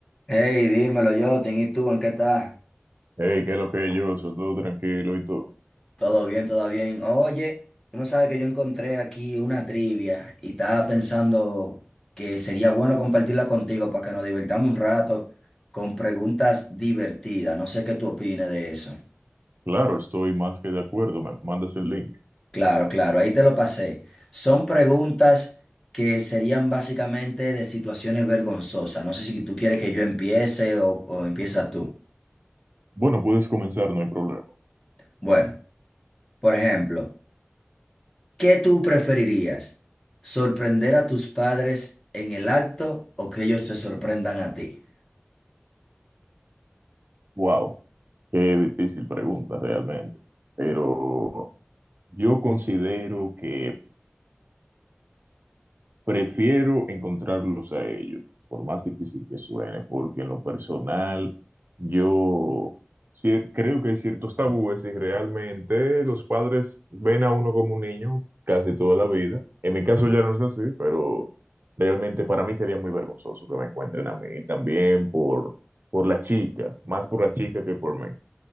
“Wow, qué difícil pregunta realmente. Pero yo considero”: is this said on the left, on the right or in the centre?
Right